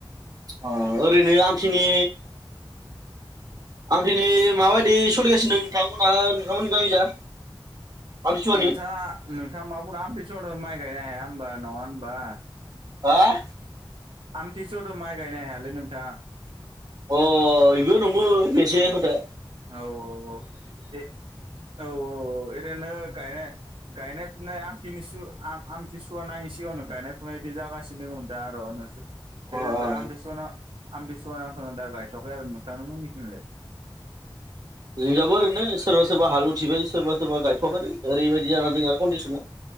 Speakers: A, on the right; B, on the right.
A: अ ओरैनो आमथिनि आमथिनि माबायदि सलिगासिनो दों नोंथांमोनहा नोंथांमोननि गामि जा? आमथिसुवानि
B: नोंथांङा नोंथांङा मा बुंदों आमथिस थ' माइ गायनो हाया होनबा नंङा होनबा?
A: हा?
B: आमथि सोवायावथ' माइ गायनो हायालै नोंथां
A: अ इबो नंगो मोनसे खोथा
B: औ औ औ ए औ औ औ एरैनो गायनाय गायनाय फुनाय आमथिनिसु आमथिसुवा नांङैनि सिगांङावनो गायनाय फुनाय बिदि जागासिनो दंङ दा आर' दासो
A: जोंनियाबो
B: ओरैनो दा आमथिसुवा नां आमथिसुवा नथ'ना दा गायथ'आखै आरो नोंथां मोननिथिं लाय?
A: जोंनिजाबो ओरैनो सोरबा सोरबा हालौथिबाय सोरबा सोरबा गायथ'वाखै ओरैबायदि जानानै दों आरो कन्दिसना